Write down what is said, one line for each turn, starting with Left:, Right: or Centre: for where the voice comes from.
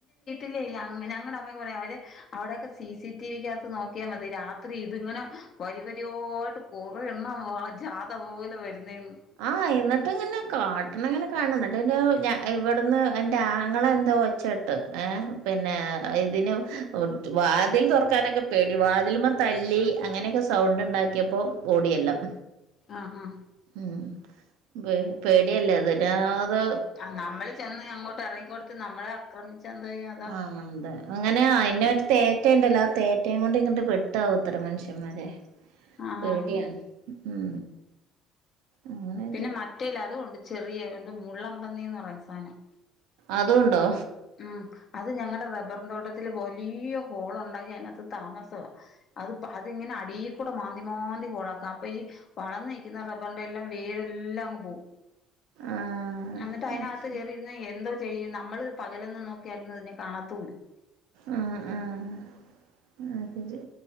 Left: ഇല്ല ഞങ്ങടെ അമ്മക്ക് പറയും അവര് അവിടെക്കെ സി സി ടി വിക്കകത്ത് നോ ക്കിയ മതി രാത്രി ഇതിങ്ങനെ വരി വരിയോട്ട് കുറേ എണ്ണം വാ ജാത പോലെ വെരുന്നെന്ന്
Right: ആഹ് എന്നിട്ട് ഇങ്ങനെ കാട്ട്ണെ ഇങ്ങനെ കാൺണം ഇന്നെട്ട് പിന്നൊ ഞാ ഇവെട്ന്ന് ഇന്റെ ആ ങ്ങള എന്താ ഒച്ച ഇട്ട് ഏഹ് പിന്നെ ഇതിനു ഒട്തു വാതിൽ തൊർക്കാനൊക്കെ പേടി വാതിൽമ്മെ തല്ലി അങ്ങനെ ഒക്കെ സൗണ്ട് ഇണ്ടാക്കിയപ്പോ ഓടി എല്ലാം
Left: ആഹ്
Right: ഉം പേ പേടി അല്ലെ അതിന് ആത്
Left: ആഹ് നമ്മെൾ ചെന്ന് അങ്ങോട്ട് എറങ്ങി കൊട്ത്ത് നമ്മളെ ആക്രമിച്ചാ എന്താ ചെയ്യാ അതാ
Right: ആഹ് അതെ അങ്ങനെ അയിന് ഒര് തേറ്റ ഇണ്ടല്ലോ ആ തേറ്റെയും കൊണ്ട് ഇങ്ങെട്ട് വെട്ടാവുത്രെ മനുഷ്യന്മാരെ.
Left: ആഹ്
Right: പേടിയാണ് ഉം അങ്ങനെ
Left: പിന്നെ മറ്റെയ് ഇല്ലെ അതും ഉണ്ട് ചെറിയ എന്ത് മുള്ളം പന്നിന്ന് പറയുന്ന സാനം
Right: അതും ഇണ്ടോ?
Left: ഉം അത് ഞങ്ങടെ റബ്ബറും തോട്ടത്തില് വലിയ ഹോൾ ഒണ്ടാക്കി അതിന് അകത്ത് താമസവാ അത് പ്പ അത് ഇങ്ങനെ അടീൽ കൂടെ മാന്തി മാന്തി ഹോൾ ആക്കാ അപ്പ ഈ വളർന്ന് നിക്കിന്ന റബ്ബറിന്റെ എല്ലാം വേരെല്ലാം അങ്ങ് പോവും
Right: ആഹ്
Left: അന്നിട്ട് അയിന്
Right: അത്
Left: അകത്ത്
Right: ശരി.
Left: കേറി ഇര്ന്നാ എന്തോ ചെയ്യും നമ്മൾ പകലൊന്നും നോക്കിയാൽ ഒന്നും ഇതിനെ കാണത്തു ഇല്ലാ
Right: ഉം ഉം അഹ് ശരി